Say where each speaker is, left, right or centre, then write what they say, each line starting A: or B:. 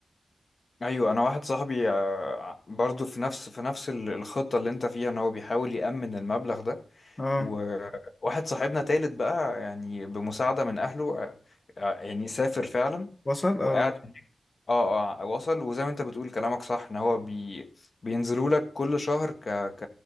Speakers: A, on the left; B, on the left.
A: ايوه انا واحد صاحبي آه، برضو في نفس في نفس ال- الخطه اللي انت فيها ان هو بيحاول يامن المبلغ ده
B: اه
A: وواحد صاحبنا تالت بقى يعني بمساعده من اهله آه، آه، يعني سافر فعلا
B: وصل
A: وقاعد
B: اه
A: اه اه وصل وزي ما انت بتقول كلامك صح ان هو بي بينزلوا لك كل شهر ك ك